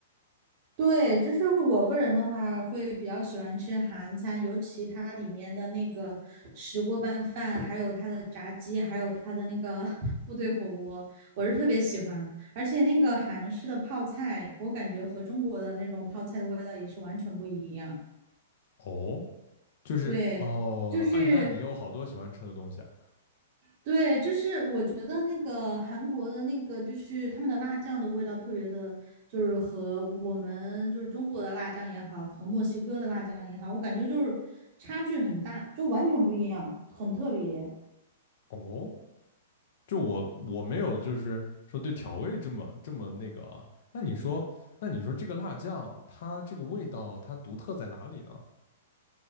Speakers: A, on the right; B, on the left.
A: 对，就是我个人的话，会比较喜欢吃韩餐，尤其它里面的那个石锅拌饭，还有它的炸鸡，还有它的那个 <laughs> 部队火锅，我是特别喜欢。而且那个韩式的泡菜，我感觉和中国的那种泡菜的味道也是完全不一样。
B: 哦，就是哦，
A: 对，就是
B: 哎，那你有好多喜欢吃的东西啊？
A: 对，就是我觉得那个韩国的那个，就是他们的辣酱的味道特别的，就是和我们就是中国的辣酱也好，和墨西哥的辣酱也好，我感觉就是差距很大，就完全不一样，很特别。
B: 哦，就我我没有，就是说对调味这么这么那个啊。那你说，那你说这个辣酱它这个味道它独特在哪里呢？